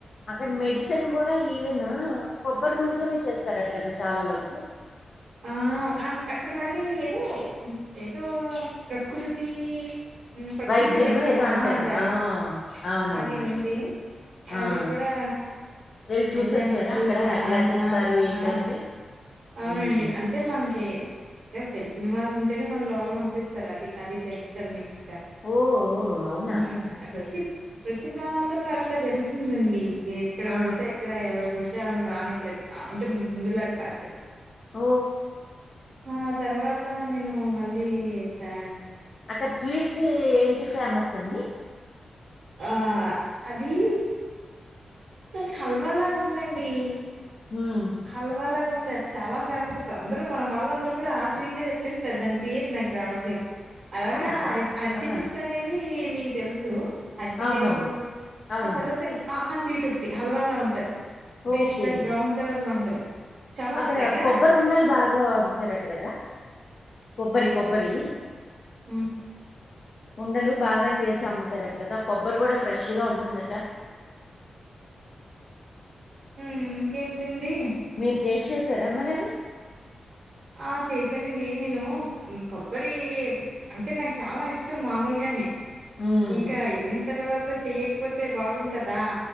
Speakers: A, on the left; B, on the right.
A: అక్కడ మెడిసిన్ కూడా ఈవెను కొబ్బరి నూన్ తోనే చేస్తారట కదా చాలా వరకు
B: ఆ అ అక్కడ మళ్ళీ ఏదో ఏదో ప్రకృతి ఉం ప్రకృతి
A: వైద్యమో
B: వైద్యం
A: ఏదో
B: ఆ
A: అంటారు.
B: కరెక్టే
A: ఆ! అవునవునండి.
B: అది ఉంది
A: ఆ!
B: అది కూడా
A: వెళ్ళి చూసొచ్చారా
B: వెళ్ళాము చూసా
A: అక్కడ ఎట్లా
B: ఆ
A: చేస్తారు
B: అ
A: ఏంటన్నది
B: ఆ అవునండి
A: ఉమ్
B: అంటే మనకి అంటే తెలిసిన వాళ్ళు ఉంటేనే మన లోపల పంపిస్తారు అది అది తెలుసు కదా మీకు ఇకా
A: ఓ ఓ అవునా
B: ఉం
A: ఓకే
B: ప్రతి ప్ర ప్రతి ప్రాంతంలో అట్లే జరుగుతుందండి ఎక్కడ
A: ఆ
B: పడితే ఎక్కడ ఎవరు పడితే అంతే ఆలని రానివట్లేదు అంటే ముందులా కాదు కద
A: ఓ
B: ఆ తర్వాత నేను మళ్ళీ తే
A: అక్కడ స్వీట్స్ ఏంటి ఫేమస్ అండి
B: ఆ అది తనికి హల్వాలాగా ఉందండి
A: ఉమ్
B: హల్వాలాగ్ కొంది అది చాలా ఫేమస్ అ అందరు మన వాళ్ళ అందరు కూడా ఆ స్వీట్నే తెప్పిస్తారు దాని పేరు నాకు రావట్లేదు అలాగా
A: అవునా
B: అరటి అరటి
A: ఆ
B: చిప్స్ అనేది మీకు తెలుసు అరిటికాయతోటి
A: అవునవును అవును
B: ఆ తర్వాత ఆ స్వీట్ ఒకటి హల్వాల ఉంటది పేస్ట్
A: ఓకే
B: లాగా బ్రౌన్ కలర్ లో ఉంటది చాలా
A: అక్కడ
B: తెగ
A: కొబ్బరు ఉండలు బాగా అమ్ముతారట కదా కొబ్బరి కొబ్బరి
B: ఉం
A: ఉండలు బాగా చేసి అమ్ముతారట కదా కొబ్బరి కూడా ఫ్రెష్ గా ఉంటు ఉంటుందట
B: ఉం ఇంకేంటండి
A: మీరు టేస్ట్ చేసారా మరి అది
B: ఆ చేశానండి నేను కొబ్బరి అంటే నాకు చాలా ఇష్టం మామూలుగానే
A: ఉమ్
B: ఇంకా వెళ్ళిన తర్వాత చెయ్యకపోతే బాగుంటదా